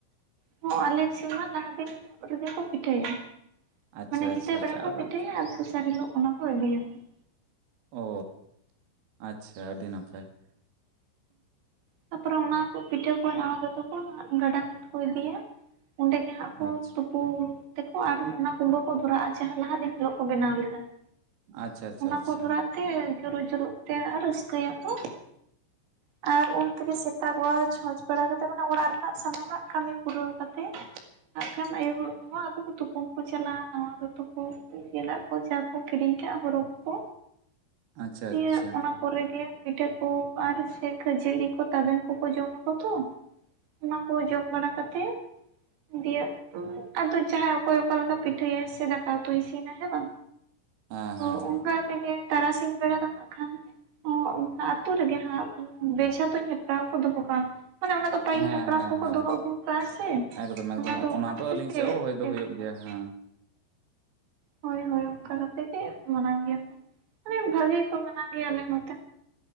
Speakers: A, on the right; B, on the right.
A: ᱦᱚᱸ ᱟᱞᱮ ᱥᱮᱱᱢᱟ ᱞᱟᱦᱟ ᱫᱤᱱ ᱦᱤᱞᱚᱜ ᱨᱮᱜᱮ ᱠᱚ ᱯᱤᱴᱷᱟᱹᱭᱟ ᱾
B: ᱟᱪᱪᱷᱟ
A: ᱢᱟᱱᱮ ᱧᱤᱫᱟᱹ
B: ᱟᱪᱪᱷᱟ
A: ᱵᱮᱲᱟ
B: ᱟᱪᱪᱷᱟ
A: ᱠᱚ
B: ᱟᱫᱚ
A: ᱯᱤᱴᱷᱟᱹᱭᱟ ᱟᱨ ᱫᱚᱥᱟᱨ ᱦᱤᱞᱚᱜ ᱚᱱᱟ ᱠᱚ ᱟᱹᱜᱩᱭᱟᱠᱚ ᱾
B: ᱚ ᱟᱪᱪᱷᱟ ᱟᱹᱰᱤ ᱱᱟᱯᱟᱭ ᱾
A: ᱛᱟᱯᱚᱨᱮ ᱚᱱᱟ ᱦᱚᱸ ᱠᱚ ᱯᱤᱴᱷᱟᱹ ᱠᱚ ᱱᱟᱣᱟ ᱫᱚᱛᱚ ᱠᱚ ᱦᱟᱸᱜ ᱜᱟᱰᱟ ᱜᱷᱟᱴ ᱠᱚ ᱤᱫᱤᱭᱟ ᱾ ᱚᱸᱰᱮ ᱜᱮ ᱦᱟᱸᱜ ᱠᱚ
B: ᱟᱪᱪᱷᱟ
A: ᱛᱩ ᱯᱩᱱ ᱛᱮᱠᱚ ᱟᱨ ᱚᱱᱟ ᱠᱩᱢᱵᱟᱹ ᱠᱚ ᱵᱷᱚᱨᱟᱜᱼᱟ ᱡᱟᱦᱟᱸ ᱞᱟᱦᱟ ᱫᱤᱱ ᱦᱤᱞᱚᱜ ᱠᱚ ᱵᱮᱱᱟᱣ ᱞᱮᱫᱟ ᱾
B: ᱟᱪᱪᱷᱟ ᱟᱪᱪᱷᱟ
A: ᱚᱱᱟ
B: ᱟᱪᱪᱷᱟ
A: ᱠᱚ ᱫᱷᱚᱨᱟ ᱛᱮ ᱡᱩᱨᱩᱜ ᱡᱩᱨᱩᱜ ᱛᱮ ᱟᱨ ᱨᱟᱹᱥᱠᱟᱹᱭᱟᱠᱚ ᱾ ᱟᱨ ᱩᱱ ᱛᱮᱜᱮ ᱥᱮᱛᱟᱜ ᱣᱟ ᱪᱷᱚᱸᱪ ᱵᱟᱲᱟ ᱠᱟᱛᱮ ᱢᱟᱱᱮ ᱚᱲᱟᱜ ᱨᱮᱱᱟᱜ ᱥᱟᱱᱟᱢᱟᱜ ᱠᱟᱹᱢᱤ ᱯᱩᱨᱟᱹᱣ ᱠᱟᱛᱮ ᱾ ᱟᱜᱠᱷᱟᱱ ᱟᱭᱳ ᱦᱳᱲ ᱠᱚ ᱦᱚᱸ ᱟᱫᱚ ᱛᱩᱯᱩᱩᱱ ᱠᱚ ᱪᱟᱞᱟᱜᱼᱟ ᱱᱟᱣᱟ ᱫᱚᱛᱚ ᱩᱱᱠᱩ ᱜᱮᱸᱫᱟᱜ ᱠᱚ ᱡᱟ ᱠᱚ ᱠᱤᱨᱤᱧ ᱠᱟᱜ ᱦᱚᱨᱚᱜ ᱠᱚ
B: ᱟᱪᱪᱷᱟ ᱟᱪᱪᱷᱟ
A: ᱱᱤᱭᱟᱹ
B: ᱟᱪᱪᱷᱟ
A: ᱚᱱᱟ ᱠᱚᱨᱮ ᱜᱮ ᱯᱤᱴᱷᱟᱹ ᱠᱚ ᱟᱨ ᱥᱮ ᱠᱷᱟᱹᱡᱟᱹᱲᱤ ᱠᱚ ᱛᱟᱵᱮᱱ ᱠᱚᱠᱚ ᱡᱚᱢᱟᱠᱚ ᱛᱚ ᱾ ᱚᱱᱟ ᱠᱚ ᱡᱚᱢ ᱵᱟᱲᱟ ᱠᱟᱛᱮ ᱫᱤᱭᱮ ᱟᱫᱚ ᱡᱟᱦᱟᱸᱭ ᱚᱠᱚᱭ ᱚᱠᱟᱞᱮᱠᱟ ᱯᱤᱴᱷᱟᱹᱭᱟᱭ ᱥᱮ ᱫᱟᱠᱟ ᱩᱛᱩᱭ ᱤᱥᱤᱱᱟᱭ ᱦᱮ ᱵᱟᱝ
B: ᱦᱮᱸ
A: ᱛᱚ
B: ᱦᱮᱸ ᱦᱮᱸ
A: ᱚᱱᱟ ᱛᱮᱜᱮ ᱛᱟᱨᱟᱥᱤᱧ ᱵᱮᱲᱟ ᱫᱚ ᱦᱟᱸᱜ ᱠᱷᱟᱱ ᱚᱸᱜ ᱚᱱᱟ ᱟᱹᱛᱩ ᱨᱮᱜᱮ ᱼᱼ ᱱᱟᱜ ᱵᱮᱡᱷᱟ ᱛᱩᱧ ᱦᱮᱯᱨᱟᱣ ᱠᱚ ᱫᱚᱦᱚ ᱠᱟᱜᱼᱟ ᱢᱟᱱᱮ ᱚᱱᱟ ᱫᱚ ᱯᱟᱹᱦᱤᱞ
B: ᱦᱮᱸ
A: ᱱᱟᱯᱲᱟᱢ
B: ᱦᱮᱸ
A: ᱠᱚ ᱠᱚ
B: ᱦᱮᱸ
A: ᱫᱚᱦᱚ ᱟᱹᱜᱩ ᱠᱟᱜᱼᱟ ᱥᱮ
B: ᱮᱠᱫᱚᱢ ᱮᱠᱫᱚᱢ
A: ᱚᱱᱟ ᱫᱚ ᱚᱱᱟ ᱠᱷᱟᱹᱛᱤᱨ
B: ᱟᱹᱞᱤᱧ
A: ᱛᱮ
B: ᱥᱮᱫ ᱦᱚᱸ ᱦᱳᱭ ᱫᱚ
A: <unintelligible>
B: ᱦᱩᱭᱩᱜ ᱜᱮᱭᱟ ᱦᱮᱸ ᱾
A: ᱦᱚᱭ ᱦᱚᱭ ᱚᱝᱠᱟ ᱠᱟᱛᱮ ᱜᱮ ᱢᱟᱱᱟᱣ ᱜᱮᱭᱟ ᱠᱚ ᱾ ᱢᱟᱱᱮ ᱵᱷᱟᱹᱜᱤ ᱜᱮᱠᱚ ᱢᱟᱱᱟ ᱜᱮᱭᱟ ᱟᱞᱮ ᱱᱚᱛᱮ